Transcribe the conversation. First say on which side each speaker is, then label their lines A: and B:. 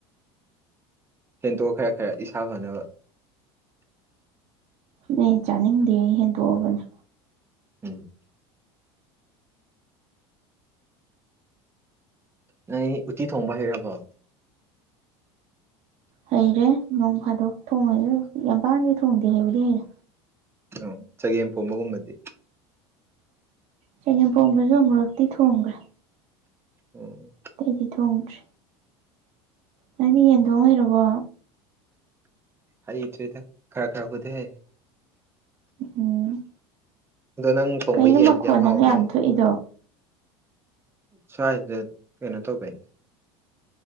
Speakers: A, on the right; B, on the right.
A: ꯍꯦꯟꯇꯣꯛ ꯈꯔ ꯈꯔ ꯏꯁꯥ ꯐꯅꯕ
B: ꯅ ꯆꯅꯤꯡꯗꯍꯦ ꯗꯣꯕꯅꯦ
A: ꯎꯝ ꯅꯪ ꯎꯇꯤ ꯊꯣꯡꯕ ꯍꯩꯔꯕꯣ
B: ꯍꯩꯔꯦ ꯅꯣꯡ ꯐꯥꯗꯣꯛ ꯊꯣꯡꯉꯁꯨ ꯌꯥꯝ ꯄꯥꯝꯗꯤ ꯊꯣꯡꯗꯦ ꯍꯩꯕꯗꯤ ꯍꯩꯔꯦ
A: ꯎ ꯆꯒꯦꯝ ꯐꯣꯝꯕꯒꯨꯝꯕꯗꯤ
B: ꯆꯦꯡꯉꯦꯝꯄꯣꯝꯕꯁꯨ ꯑꯃꯨꯨꯔꯛꯇꯤ ꯊꯣꯡꯈ꯭ꯔꯦ
A: ꯎꯝ
B: ꯑꯇꯩꯗꯤ ꯊꯣꯡꯗ꯭ꯔꯤ ꯅꯪꯅꯦ ꯌꯦꯟꯗꯣꯡ ꯑꯣꯏꯔꯕꯣ
A: ꯍꯩꯇ꯭ꯔꯦꯗ ꯈꯔ ꯈꯔ ꯈꯨꯗꯤ ꯍꯥꯏꯩ
B: ꯎꯝ
A: ꯑꯗꯣ ꯅꯪ ꯊꯣꯡꯕ
B: ꯀꯩꯅꯣ
A: ꯌꯦꯟꯗꯨꯗꯤ
B: ꯃꯈꯣꯟ
A: ꯌꯥꯝ ꯍꯥꯎꯕꯅꯦ
B: ꯑꯃ ꯊꯣꯛꯏꯗꯣ
A: ꯁ꯭ꯋꯥꯏꯁꯗ ꯀꯩꯅꯣ ꯇꯧꯕꯩꯅꯦ